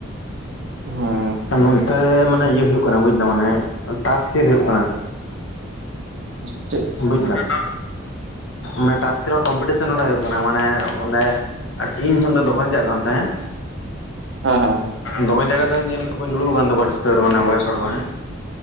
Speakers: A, on the right; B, on the left.
A: ᱦᱩᱸ᱾
B: ᱟ ᱱᱚᱱᱛᱮ ᱢᱟᱱᱮ ᱤᱭᱟᱹ ᱦᱩᱭᱩᱜ ᱠᱟᱱᱟ ᱵᱩᱡ ᱫᱟᱢ ᱢᱟᱱᱮ ᱴᱟᱥ ᱠᱷᱮᱞ ᱦᱩᱭᱩᱜ ᱠᱟᱱᱟ ᱾
A: ᱦ <inaudible>
B: ᱵᱩᱡ ᱫᱟᱢ, ᱢᱟᱱᱮ ᱴᱟᱥ ᱠᱷᱮᱞᱟ ᱠᱚᱢᱯᱤᱴᱤᱮᱱ ᱱᱚᱸᱰᱮ ᱦᱩᱭᱩᱜ ᱠᱟᱱᱟ, ᱢᱟᱱᱮ ᱚᱸᱰᱮ ᱟᱨ ᱤᱧ ᱦᱚᱸ ᱚᱸᱰᱮ ᱫᱚᱠᱟᱱ ᱤᱧ ᱪᱟᱞᱟᱜ ᱠᱟᱱ ᱛᱟᱸᱦᱮᱜ,
A: ᱦᱮᱸ ᱦᱮᱸ ᱦᱮᱸ ᱾
B: ᱫᱚᱢᱮ ᱡᱟᱭᱜᱟ ᱫᱚ ᱧᱮᱞᱮᱫ ᱠᱚᱣᱟᱹᱧ ᱡᱩᱲᱩ ᱠᱟᱱ ᱫᱚᱠᱚ ᱟᱹᱰᱤ ᱩᱥᱛᱟᱹᱨ ᱢᱟᱱᱮ ᱵᱚᱭᱮᱥ ᱦᱚᱲ ᱠᱚ ᱦᱮᱸ,